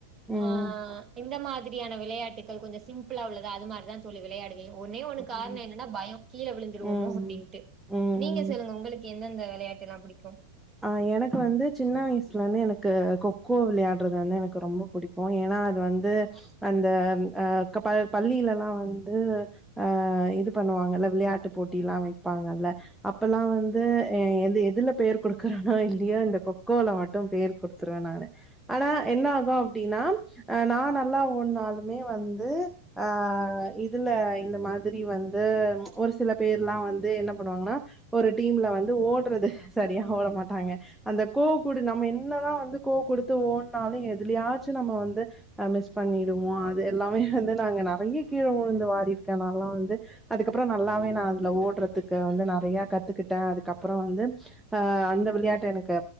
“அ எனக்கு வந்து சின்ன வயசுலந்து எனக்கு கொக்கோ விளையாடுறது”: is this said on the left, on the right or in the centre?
Centre